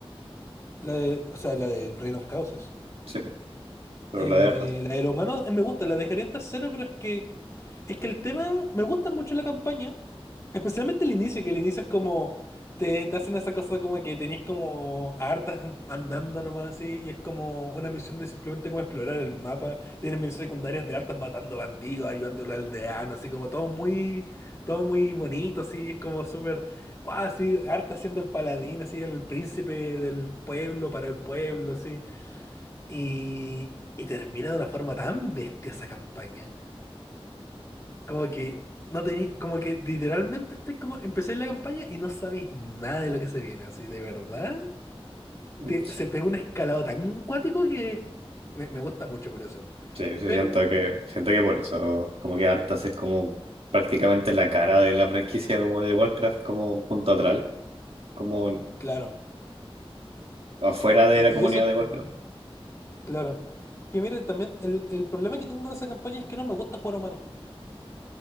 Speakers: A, on the left (about 30°); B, on the right (about 80°).
A: La de, o sea, la del Reino of Chaos
B: Sí, pues, pero
A: Eh,
B: la de hartos.
A: la de los humanos eh, me gusta, la dejaría en tercero, pero es que es que el tema me gusta mucho la campaña, especialmente el inicio, que el inicio es como te, te hacen esa cosa como que tenés como hartas andando nomás así, y es como una misión de simplemente como explorar el mapa, tienes misiones secundarias de hartas matando bandidos, ayudando al aldeano, así como todo muy, todo muy bonito, así, es como súper, wow, así, harta siendo el paladín, así, el príncipe del pueblo para el pueblo, así. Y, y termina de una forma tan bestia esa campaña. Como que no tení, como que literalmente estoy como, empecé la campaña y no sabéis nada de lo que se viene, así, de verdad.
B: Sí,
A: te- se pegó un escalado tan cuático que me, me gusta mucho por eso.
B: sí, yo sí
A: Pero,
B: siento que, siento que por eso, como que hartas es como prácticamente la cara de la franquicia como de Warcraft, como punto atrás, como
A: Claro.
B: afuera de
A: Y,
B: la comunidad
A: y eso
B: de
A: que,
B: Warcraft.
A: claro. Que miren, también el, el problema que tengo con esa campaña es que no me gusta jugar humano.